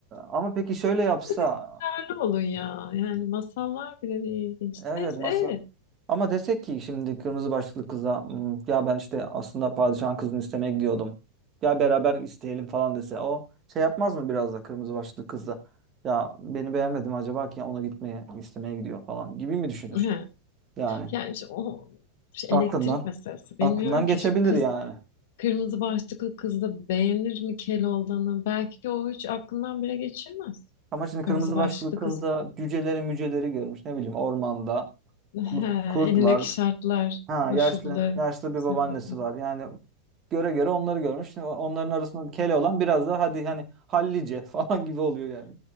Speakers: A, on the right; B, on the left.
A: ama peki şöyle yapsa
B: Biraz istikrarlı olun ya. Yani masallar bile bir ilginç.
A: evet
B: Neyse,
A: masa
B: e,
A: ama desek ki şimdi kırmızı başlıklı kıza "Hmm, ya ben işte aslında padişahın kızını istemeye gidiyordum ya beraber isteyelim falan dese o şey yapmaz mı biraz da kırmızı başlıklı kızla ya beni beğenmedim acaba ki ona gitmeye istemeye gidiyor falan gibi mi düşünür
B: he.
A: yani
B: yani işte o işte
A: aklından
B: elektrik meselesi. Bilmiyorum
A: aklından
B: ki
A: geçebilir
B: şimdi kız
A: yani
B: kırmızı başlıklı kız da beğenir mi Keloğlan'ı? Belki o hiç aklından bile geçirmez.
A: Ama şimdi kırmızı
B: Kırmızı başlıklı
A: başlı kız
B: kız.
A: da cüceleri müceleri görmüş. Ne bileyim ormanda
B: He,
A: kurt, kurt
B: elindeki
A: var.
B: şartlar,
A: Ha
B: koşullar
A: yaşlı yaşlı bir
B: sebebi.
A: babaannesi var. Yani göre göre onları görmüş. Şimdi onların arasında kele olan biraz da hadi hani hallice <laughs> falan gibi oluyor yani.